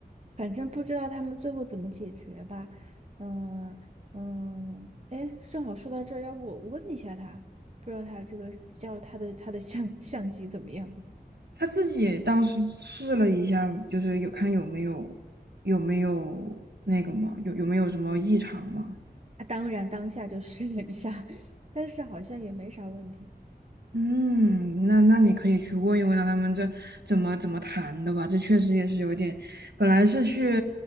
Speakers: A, on the right; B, on the right.
A: 反正不知道他们最后怎么解决吧。嗯嗯，哎，正好说到这儿，要不我问一下他，不知道他这个叫他的他的相相机怎么样？
B: 他自己当时试了一下，就是有看有没有有没有那个嘛，有有没有什么异常嘛。
A: 他当然当下就试了一下，<laughs> 但是好像也没啥问题。
B: 嗯，那那你可以去问一问啊他们这怎么怎么谈的吧，这确实也是有点，本来是去，